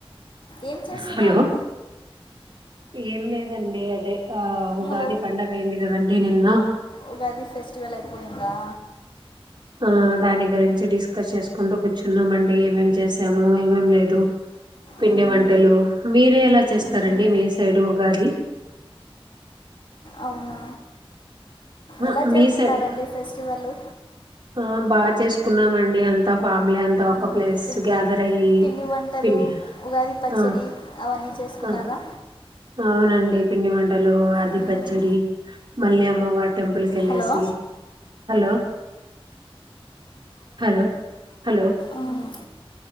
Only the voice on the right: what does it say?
హలో! ఏం లేదండి అదే ఆ ఉగాది
పండగాైంది కదండ్ నేనీన్నా
ఆ దాని గురించి డిస్కస్ చేసుకుంటూ కూర్చున్నామండి. ఏమేం చేసాము, ఏమేం లేదు. పిండి
వంటలు. మీర్ ఎలా చేస్తారండి
మీ స్ సైడ్ ఉగాది.
ఆ!
మీ సైడ్
ఆ బాగా చేసుకున్నామండి. అంతా ఫామిలీ అంతా ఒక
ప్లస్
గ్యాదర్ అయ్యి.
పిన్నీ
ఆ
ఆ అవునండి పిండివంట్ టలు అది
పచ్చడి మల్లి అమ్మ వాన్ టెంపుల్కి ఎళ్లేసి
హలో హలో హలో